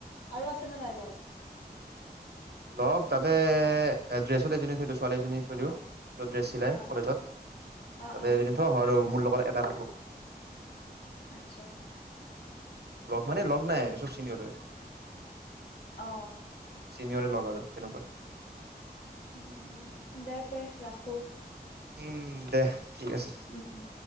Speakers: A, on the left; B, on the right.
A: আৰু আছে নে নাই লগ
B: লগ তাতে ড্ৰেছত এজনী থৈ দিওঁ ছোৱালী এজনী থৈ দিওঁ ৷ ড্ৰেছ চিলাই
A: অ
B: কলেজত তাতে
A: অ অ
B: থ আৰু মোৰ লগত এটা ৰাখো
A: আচ্ছা!
B: লগ মানে লগ নাই চব চিনিয়ৰ হয়৷
A: অ
B: তিনিয়ৰে লগ আৰু এনেকুৱা
A: উম দে তে ৰাখো৷
B: উম দে ঠিক আছে৷
A: উম উম